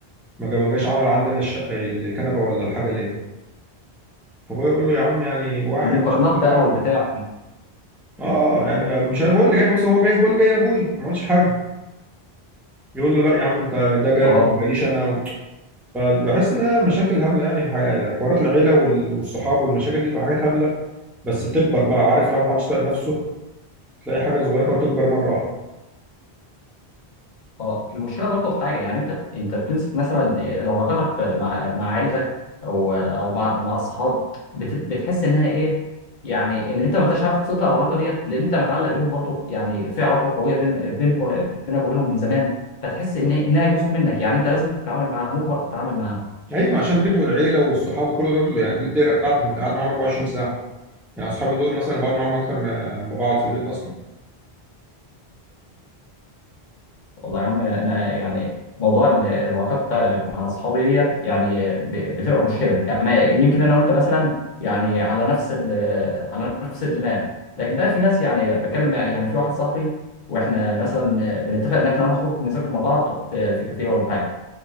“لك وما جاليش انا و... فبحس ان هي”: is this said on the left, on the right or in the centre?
Centre